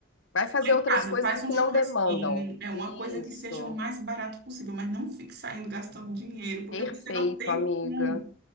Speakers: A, on the left (about 65°); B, on the right (about 55°).
A: Vai
B: Você
A: fazer
B: vai em
A: outras
B: casa,
A: coisas
B: faz um
A: que
B: churrasquinho,
A: não demandam.
B: é uma coisa
A: Isso.
B: que seja o mais barato possível, mas não fique saindo gastando dinheiro, porque
A: Perfeito,
B: você não tem
A: amiga.
B: como,